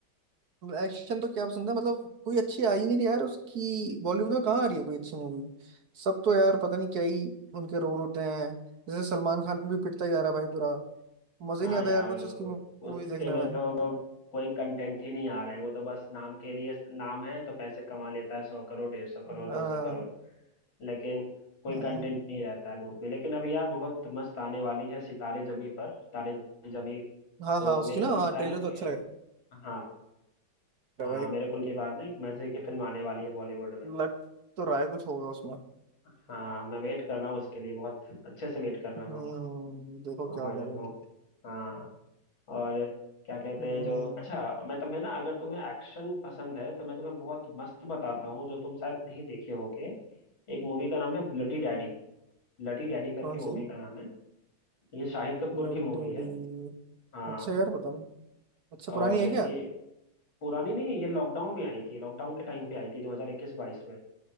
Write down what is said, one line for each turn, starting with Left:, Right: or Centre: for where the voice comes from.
Right: एक्शन तो क्या पसंद है मतलब कोई अच्छी आई नहीं रही यार उसकी बॉलीवुड में कहाँ आ रही है कोई अच्छी मूवी सब तो यार पता नहीं क्या ही उनके रोल होते हैं जैसे सलमान खान भी पिटता ही जा रहा है भाई पूरा मजा
Left: हाँ
Right: ही नहीं आता
Left: यार
Right: यार कुछ उसकी मूवी
Left: उसके
Right: देखने
Left: में
Right: में
Left: तो कोई कंटेंट ही नहीं आ रहा है वो तो बस नाम के लिए नाम है तो पैसे कमा लेता है सौ करोड़ डेढ़ सौ करोड़
Right: हाँ
Left: दो सौ करोड़ लेकिन कोई
Right: हाँ
Left: कंटेंट नहीं रहता है मूवी में लेकिन अभी यार बहुत मस्त आने वाली है सितारे जमी पर तारे जमी
Right: हाँ
Left: तो
Right: हाँ, उसकी
Left: मेरे को
Right: ना
Left: लगता
Right: हाँ ट्रेलर
Left: है ना
Right: तो
Left: कि
Right: अच्छा लग रहा
Left: हाँ हाँ
Right: है भाई
Left: मेरे को के बाद ना एक मजे की फिल्म आने वाली है बॉलीवुड में
Right: लग तो रहा है कुछ होगा उसमें
Left: हाँ मैं वेट कर रहा हूँ उसके लिए बहुत अच्छे से वेट कर रहा
Right: हम्म
Left: हूँ
Right: देखो
Left: और
Right: क्या होगा भाई
Left: वो हाँ और क्या कहते
Right: हम्म
Left: हैं जो अच्छा मैं तुम्हें ना अगर तुम्हें एक्शन पसंद है तो मैं तुम्हें बहुत मस्त बताता हूँ जो तुम शायद नहीं देखे होगे एक मूवी का नाम है ब्लडी डैडी ब्लडी डैडी करके
Right: कौन
Left: मूवी
Right: सी
Left: का नाम है ये शाहिद कपूर
Right: लड़-
Left: की मूवी
Right: डड़ी।
Left: है हाँ
Right: अच्छा यार पता नहीं अच्छा पुरानी
Left: और
Right: है
Left: ये
Right: क्या
Left: पुरानी नहीं है ये लॉकडाउन में आई थी लॉकडाउन के टाइम पे आई थी 2021-22 में